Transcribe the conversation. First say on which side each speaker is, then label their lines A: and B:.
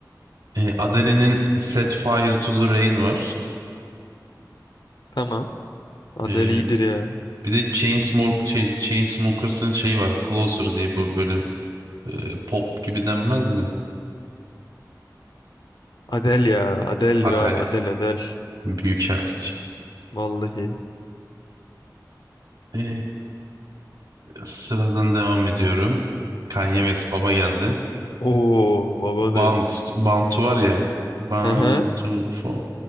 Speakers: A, on the right; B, on the left.
A: E, Adele'nin Set Fire to the Rain var.
B: Tamam. Adele
A: E,
B: iyidir ya.
A: bir de Chainsmok şey, Chainsmokers'ın şey var. Closer diye bu böyle e, pop gibi denmez de.
B: Adele ya. Adele'dir
A: Adele.
B: abi. Adele Adele.
A: Büyük şarkıcı.
B: Vallahi.
A: E, sıradan devam ediyorum. Kanye West baba geldi.
B: Oo babadır.
A: Band, Bantu var ya. Bantu
B: Aha.
A: for.